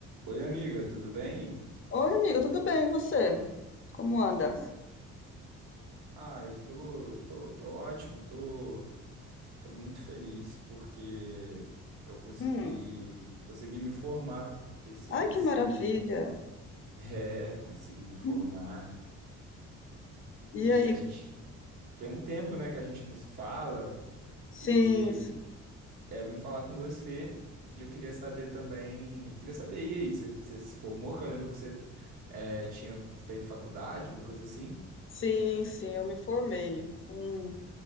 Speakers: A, on the right; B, on the left.
A: Oi, amiga, tudo bem?
B: Oi, amigo, tudo bem? E você? Como anda?
A: Ah, eu tô, tô, tô ótimo, tô, tô muito feliz porque eu consegui,
B: Hum.
A: consegui me formar. Esse, esse,
B: Ai, que maravilha!
A: <laughs> é, consegui me formar.
B: Hum.
A: E
B: E aí?
A: a gente tem um tempo, né, que a gente não se fala e
B: Sim, sim,
A: é, eu vim falar com você e eu queria saber também, queria saber, e aí, você, você se formou? Que eu lembro que você é, tinha feito faculdade, uma coisa assim.
B: sim, sim, eu me formei. Hum.